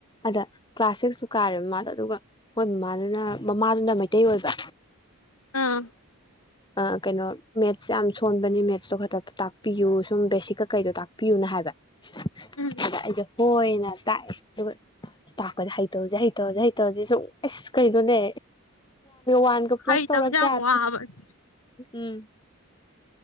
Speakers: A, on the left; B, on the left.
A: ꯗ ꯀ꯭ꯂꯥꯁ ꯁꯤꯛꯁꯁꯨ ꯀꯥꯔꯦꯕ ꯃꯥꯃꯗ ꯑꯗꯨꯒ ꯃꯣꯏ ꯃꯃꯥꯗꯨꯅ ꯃꯃꯥꯗꯨꯅ ꯃꯩꯇꯩ ꯑꯣꯏꯕ꯫
B: ꯑꯥ꯫
A: ꯑꯥ ꯀꯩꯅꯣ ꯃꯦꯠꯁ ꯌꯥꯝ ꯁꯣꯟꯕꯅꯤ ꯃꯦꯠꯁꯇꯣ ꯈꯛꯇ ꯇꯥꯛꯄꯤꯌꯨ ꯁꯨꯝ ꯕꯦꯁꯤꯛ ꯀꯩ ꯀꯩꯗꯣ ꯇꯥꯛꯄꯤꯌꯨꯅ ꯍꯥꯏꯕ꯫
B: ꯎꯝ
A: ꯑꯗ ꯑꯩꯗꯨ ꯍꯣꯏꯅ꯫ ꯇꯥꯛꯑꯦ ꯑꯗꯨꯒ ꯇꯥꯛꯄꯁ‌ꯦ ꯍꯩꯇꯕꯁꯦ ꯍꯩꯇꯕꯁꯦ ꯍꯩꯇꯕꯁꯦ ꯁꯨꯝ ꯑꯁ ꯀꯩꯅꯣꯅꯦ꯫ ꯋꯥꯟꯒ ꯄ꯭ꯂꯁ
B: ꯍꯩꯇꯕꯁꯦ
A: ꯇꯧꯔ
B: ꯌꯥꯝ
A: ꯀꯌꯥ
B: ꯋꯥꯕꯅꯦ
A: ꯎꯝ꯫